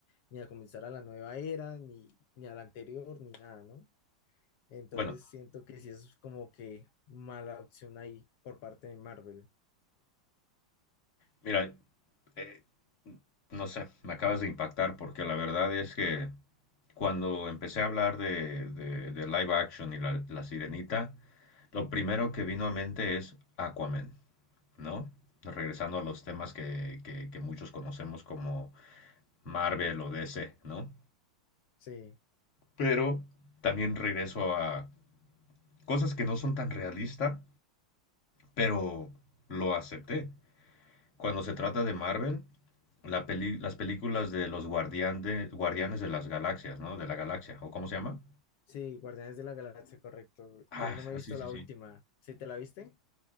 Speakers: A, on the left; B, on the left.
A: ni a comenzar a la nueva era, ni, ni a la anterior, ni nada, ¿no? Entonces
B: Bueno,
A: siento que sí es como que mala opción ahí por parte de Marvel.
B: mira, eh, no sé, me acabas de impactar porque la verdad es que cuando empecé a hablar de, de- de live action y la, la sirenita, lo primero que vino a mente es Aquaman. ¿no? Regresando a los temas que, que, que muchos conocemos como Marvel o DC, ¿no?
A: Sí.
B: Pero también regreso a cosas que no son tan realistas, pero lo acepté. Cuando se trata de Marvel, la peli- las películas de los guardián de- guardianes de las galaxias, ¿no? De la galaxia, ¿o cómo se llama?
A: Sí, Guardianes de la Galaxia, correcto.
B: Ah,
A: Que no me he visto
B: sí, sí,
A: la
B: sí.
A: última. ¿Sí te la viste?